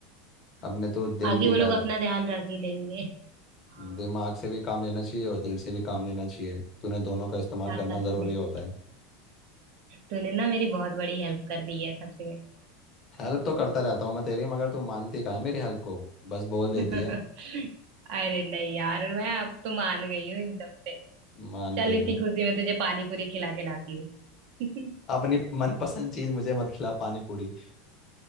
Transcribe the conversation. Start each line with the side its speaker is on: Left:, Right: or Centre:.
Right: है।
Left: अपने तू दिल
Right: बाकी
Left: की
Right: वो लोग
Left: कर
Right: अपना ध्यान रख ही लेंगे हाँ
Left: दिमाग से भी काम लेना चाहिए और दिल से भी काम लेना चाहिए तूने दोनों का इस्तेमाल
Right: यार
Left: करना
Right: सच
Left: ज़रूरी
Right: में
Left: होता
Right: <laughs>
Left: है
Right: तूने ना मेरी बहुत बड़ी हेल्प कर दी है सच में
Left: हेल्प तो करता रहता हूँ मैं तेरी मगर तू मानती कहाँ है मेरी हेल्प को बस बोल
Right: <laughs>
Left: देती है
Right: अरे नहीं यार मैं अब तो मान गई हूँ एकदम से
Left: मान
Right: चल
Left: गई
Right: इसी
Left: हूँ
Right: खुशी में तुझे पानी पूरी खिला के लाती हूँ <laughs>
Left: अपनी मनपसंद चीज मुझे मत खिला पानी पूरी